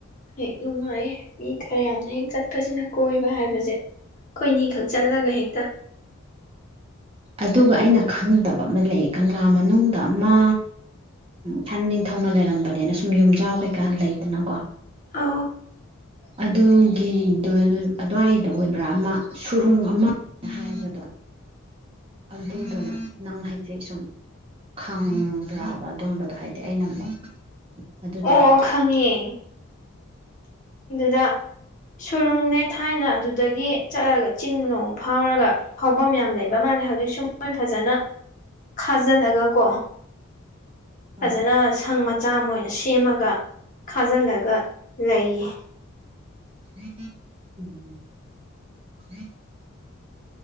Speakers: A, on the left (about 35°); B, on the right (about 25°).
A: ꯍꯦꯛ ꯅꯨꯡꯉꯥꯏ ꯃꯤ ꯈꯔ ꯌꯥꯝꯅ ꯍꯦꯛ ꯆꯠꯄꯁꯤꯅ ꯀꯣꯏꯕ ꯍꯥꯏꯕꯁꯦ ꯑꯩꯣꯏꯅꯤꯈꯛ ꯆꯠꯂꯒ ꯍꯦꯛꯇ
B: ꯑꯗꯨꯒ ꯑꯩꯅ ꯈꯪꯗꯕ ꯑꯃ ꯂꯩ ꯀꯪꯂꯥ ꯃꯅꯨꯡꯗ ꯑꯃ ꯏꯊꯟ ꯅꯤꯡꯊꯧꯅ ꯂꯩꯔꯝꯕꯅꯤꯅ ꯁꯨꯝ ꯌꯨꯝꯖꯥꯎ ꯀꯩꯀꯥ ꯂꯩꯗꯅꯀꯣ
A: ꯑ
B: ꯑꯗꯨꯒꯤꯗꯨꯣ ꯑꯗꯨꯋꯥꯏꯗ ꯑꯣꯏꯕ꯭ꯔꯥ ꯑꯃ ꯁꯨꯔꯨꯡ ꯑꯃ ꯍꯥꯏꯕꯗꯣ ꯑꯗꯨꯗꯨꯅ ꯅꯪ ꯍꯥꯏꯗꯤ ꯁꯨꯝ ꯈꯪꯗ꯭ꯔꯕ ꯑꯗꯨꯝꯕꯗꯣ ꯍꯥꯏꯗꯤ ꯑꯩꯅ ꯑꯃꯨꯛ ꯑꯗꯨꯗꯤ
A: ꯑꯣ
B: ꯑꯃꯨꯛ
A: ꯈꯪꯉꯦ ꯑꯗꯨꯗ ꯁꯨꯔꯨꯡꯅꯦ ꯊꯥꯏꯅ ꯑꯗꯨꯗꯒꯤ ꯆꯠꯂꯒ ꯆꯤꯡ ꯅꯣꯡ ꯐꯥꯎꯔꯒ ꯐꯥꯎꯐꯝ ꯌꯥꯝ ꯂꯩꯕ ꯃꯥꯜꯂꯦ ꯍꯧꯖꯤꯛꯁꯨ ꯃꯣꯏ ꯐꯖꯅ ꯈꯥꯖꯤꯜꯂꯒꯀꯣ ꯐꯖꯅ
B: ꯑꯣ
A: ꯁꯪ ꯃꯆꯥ ꯑꯃ ꯑꯣꯏꯅ ꯁꯦꯝꯃꯒ ꯈꯥꯖꯤꯜꯂꯒ ꯂꯩꯌꯦ
B: <unintelligible>